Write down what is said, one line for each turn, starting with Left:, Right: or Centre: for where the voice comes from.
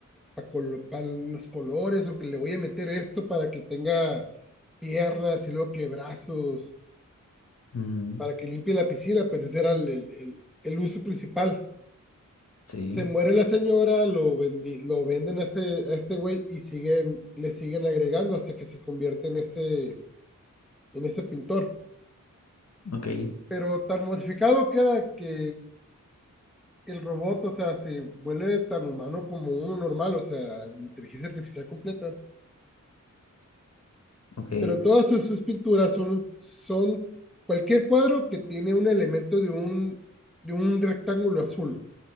Centre: para colo- pa los colores o que le voy a meter esto para que tenga piernas y luego que brazos,
Left: Ujú,
Centre: para que limpie la piscina, pues ese era el, el- el- el uso principal.
Left: Sí,
Centre: Se muere la señora, lo, vendi- lo venden a este, a este güey y siguen, le siguen agregando hasta que se convierte en este, en este pintor.
Left: ok,
Centre: Pero tan modificado queda que el robot, o sea, se vuelve tan humano como uno normal, o sea, inteligencia artificial completa.
Left: ok.
Centre: pero todas sus, sus pinturas son, son cualquier cuadro que tiene un elemento de un, de un rectángulo azul,